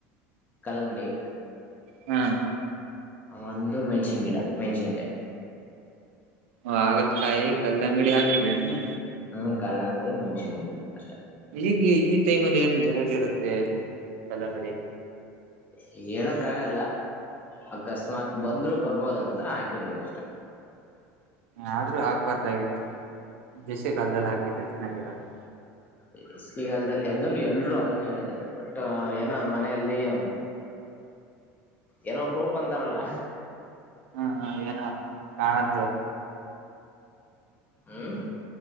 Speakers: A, on the left; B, on the right.
A: ಕಲ್ಲಂಗಡಿ
B: ಹ್ಮ್ಮ್
A: ಒಂದು ಮೆಣಸಿನ್ ಗಿಡ ಮೆಣಸಿನ ಕಾಯಿ
B: ಹಾಗಲ್ ಕಾಯಿ ಕಲ್ಲಂಗಡಿ ಹಾಕಿರೇನು
A: ಹ್ಮ್ಮ್ ಕಲ್ಲಂಗಡಿ ಮೆಣಸಿನ್ ಗಿಡ ಅಷ್ಟ
B: ಈಗ್ ಈ ಟೈಮ್ ಅಲ್ಲಿ ಎನ್ ರೇಟ್ ಇರುತ್ತೆ ಕಲ್ಲಂಗಡಿ
A: ಹೇಳೋಕಗಲ್ಲ ಅಕಸ್ಮಾತ್ ಬಂದ್ರು ಬರಬಹುದು ಅಂತಾ ಹಾಕಿದೀವಿ ಅಷ್ಟ
B: ಆದ್ರೂ ಹಾಕಬರ್ದಗಿತ್ತು ಬಿಸಿಗಲದಲ್ಲಿ ಹಾಕಿದ್ರೆ ಚನಾಗಿರದು
A: ಬೇಸಿಗೆಗಲ್ದಲ್ಲಿ ಅದನ್ನು ಎಲ್ರು ಹೇಳಿದರೆ ಬಟ್ ಏನೋ ಒಂದು ಮನೆಯಲ್ಲಿ ಹ್ಮ್ಮ್ ಏನೋ ಹೋಪ್ ಅಂತಾರಲ್ಲ
B: ಹ್ಮ್ಮ್ ಹ್ಮ್ಮ್ ಏನೋ ನನನ್ತು
A: ಹ್ಮ್ಮ್